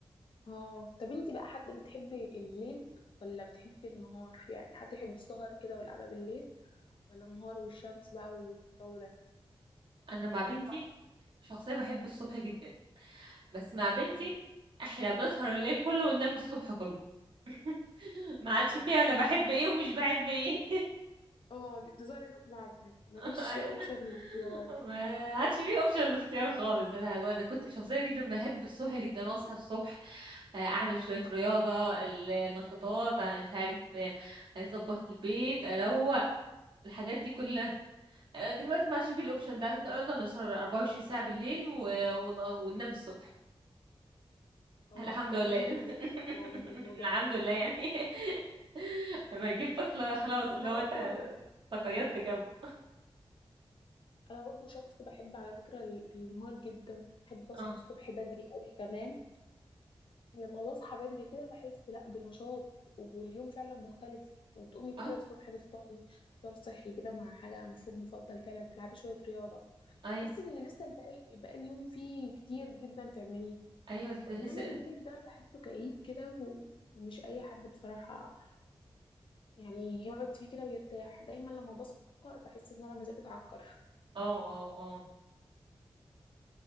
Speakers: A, on the left (about 60°); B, on the right (about 60°).
A: اه طب انتي بقى حد بتحبي الليل ولا بتحبي النهار يعني حد يحب السهر كده والقعدة بالليل ولا النهار والشمس بقى والجو ده
B: انا مع بنتي شخصيه بحب الصبح جدا بس مع بنتي
A: مم.
B: احنا بنسهر الليل كله وننام الصبح كله <laughs> ما
A: <laughs>
B: عادش فيها انا بحب ايه ومش بحب ايه
A: اه انتي بتظهري غصب عنك مفيش
B: <laughs>
A: اوبشن الاختيار
B: ما عادش فيه اوبشن الاختيار خالص انا انا كنت شخصيه جدا بحب الصبح جدا واصحى الصبح آه، اعمل شويه رياضه النشاطات انا مش عارف آه، اظبط البيت اروق الحاجات دي كلها آه، دلوقتي ما عادش فيه الاوبشن ده احنا قعدنا بنسهر 24 ساعه بالليل و- ون- وننام الصبح
A: اه
B: الحمد
A: بجد
B: لله
A: الله يعينك والله
B: <laughs>
A: الموضوع
B: الحمد
A: ده
B: لله يعني <laughs> لما يجيب طفل خلاص اللي
A: انا
B: هو
A: برضو
B: انت تقيدت جنبه
A: انا برضو شخص بحب على فكرة ال- النهار جدا بحب اصحى
B: اه
A: الصبح بدري قوي كمان لما بصحى بدري كده بحس لا بنشاط واليوم فعلا مختلف وتقومي كده
B: اه
A: الصبح تفطري فطار صحي كده مع حاجة مشروب مفضل فعلا تلعبي شوية رياضة
B: ايوه
A: تحسي ان لسه الباقي بقى اليوم فيه كتير جدا تعمليه
B: ايوه تحس
A: انما
B: اه
A: الليل ده بحسه كئيب كده و- ومش اي حد بصراحة يعني يقعد فيه كده ويرتاح دايما لما بسهر بحس ان انا مزاجي اتعكر
B: اه اه